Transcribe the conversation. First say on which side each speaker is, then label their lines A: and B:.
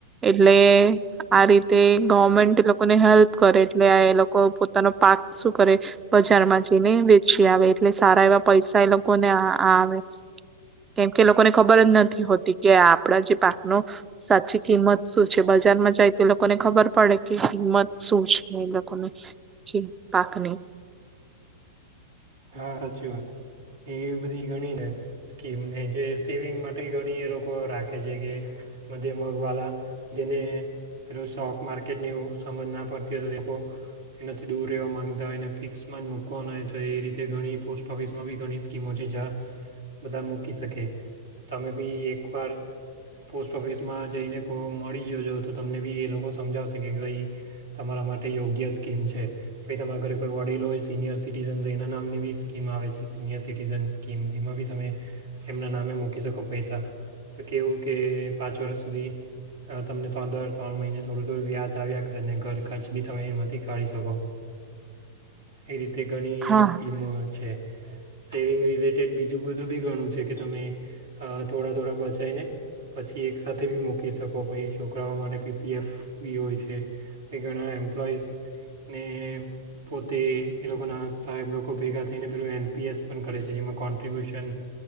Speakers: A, on the right (about 20°); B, on the right (about 85°).
A: એટલે આ રીતે ગર્મેન્ટ એ લોકોને હેલ્પ કરે એટલે લો કો પોતાનો પાક શું કરે બજારમાં જઈને વેચી આવે એટલે સારા એવા પૈસા એ લોકોને આ વે, કેમ કે લોકોને ખબર જ ન થી હોતી કે આપડા જે પાક નો સાચી કિમત શું છે, બજારમાં જાય તો એ લોકોને ખબર પડે કે કિંમત શું છે એ લોકોને કે પાકની.
B: હા હા. સાચી વાત, એ બધી ગણીને સ્કીમને જે સેવિંગ માટે ઘણી એ લોકો રાખે છે કે મધ્ય મગવાલા જેને પેલો સ્ટોક માર્કેટને એવું સમજ ના પડતી હોય તો લોકો એનાથી દૂર રહેવા માગતા હોયને ફિક્સમાં જ મૂકવાનો હોય તો એ રીતે તે ઘણી પોસ્ટ ઓફિસમાં બી ઘણી સ્કીમો છે જા બધા મૂકી શકે તમે બી એકવાર પોસ્ટ ઓફિસમાં જઈને કો મળી જોજો, તો તમને બી એ લોકો સમજાવશેકે કે કઈ તમારા માટે યોગ્ય સ્કીમ છે, પછી તમારા ઘરે કોઈ વડીલો હોય સિનિયર સિટીઝન તો એના નામની બી સ્કીમ આવે છે સિનિયર સિટીઝન સ્કીમ, જેમાં બી તમે એમના નામે મૂકી શકો પૈસા તો કેવું કે પાંચ વરશ સુધી તમને ત્રણ ત્રણ મહિને થોડું થોડું વ્યાજ આવ્યા કરેને ઘર ખર્ચ બી તમે એમાંથી કાઢી શકો, એ રીતે ઘણી
A: હા
B: સ્ કીમો હોય છે, સેવિંગ રિલેટેડ બીજું બધું બી ઘણું છે કે તમે થોડા થોડા બચાયને પછી એક સાથે બી મૂકી શકો, પહી છોકરાઓ માટે પી પી એફ બી હોય છે ભાઈ ઘણા એમ્પ્લોઈઝને પોતે એ લોકોના સાહેબ લોકો ખૂબ ભેગા થઈને પેલું એન પી એસ પણ કરે છે, જેમાં કોન્ટ્રિબ્યુશન